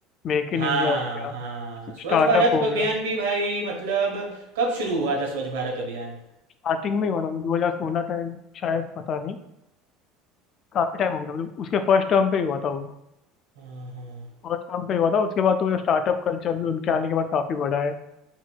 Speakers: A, on the left; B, on the right.
A: मेक
B: हाँ
A: इन इंडिया हो गया
B: हाँ स्वच्छ
A: स्टार्टअप
B: भारत
A: हो
B: अभियान
A: गया
B: भी भाई मतलब कब शुरू हुआ था स्वच्छ भारत अभियान
A: स्टार्टिंग में ही हुआ था मतलब दो हजार सोलह टाइम शायद पता नहीं काफी टाइम हो गया था मतलब उसके फर्स्ट टर्म पे ही हुआ था वो
B: हाँ हाँ
A: फर्स्ट टाइम पे हुआ था उसके बाद तो मतलब स्टार्टअप कल्चर भी उनके आने के बाद काफी बढ़ा है